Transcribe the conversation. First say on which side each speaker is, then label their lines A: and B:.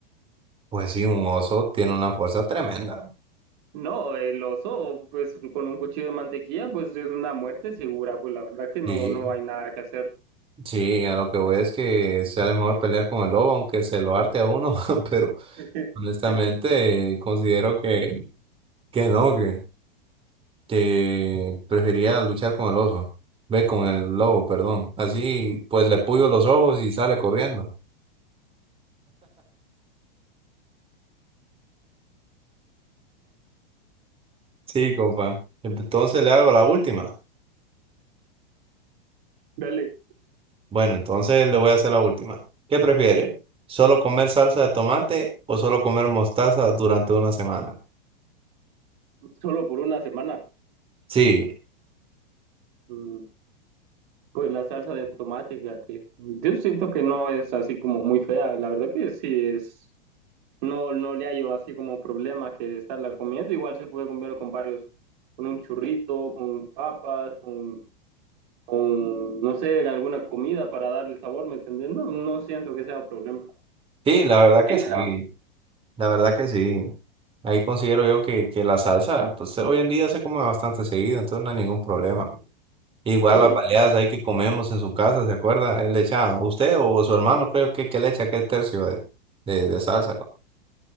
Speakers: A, on the right; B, on the right.
A: pues sí, un oso tiene una fuerza tremenda.
B: No, el oso, pues con un cuchillo de mantequilla, pues es una muerte segura, pues la verdad que no,
A: Sí,
B: no hay nada que hacer.
A: Sí, a lo que voy es que sale mejor pelear con el lobo, aunque se lo arte a uno, <laughs> pero
B: <laughs>
A: honestamente eh, considero que, que no, que, que prefería luchar con el oso, ve, con el lobo, perdón. Así pues le puyo los ojos y sale corriendo. Sí, compa. Entonces le hago la última.
B: Dale,
A: Bueno, entonces le voy a hacer la última. ¿Qué prefiere? ¿Solo comer salsa de tomate o solo comer mostaza durante una semana?
B: solo por una semana.
A: Sí,
B: Mm, Pues la salsa de tomate, fíjate. Yo siento que no es así como muy fea, la verdad que sí es. No, no le hallo así como problema que estarla comiendo. Igual se puede comer con varios, con un churrito, con papas, con, con no sé, alguna comida para darle sabor, ¿me entendés? No, no siento que sea un problema.
A: sí, la verdad que
B: Sí,
A: sí.
B: la verdad.
A: La verdad que sí. Ahí considero yo que, que la salsa, pues hoy en día se come bastante seguido, entonces no hay ningún problema. Igual
B: Sí,
A: las baleadas ahí que comemos en su casa, ¿se acuerda? Él le echaba, usted o su hermano creo que, que le echa aquel tercio de, de, de salsa. co-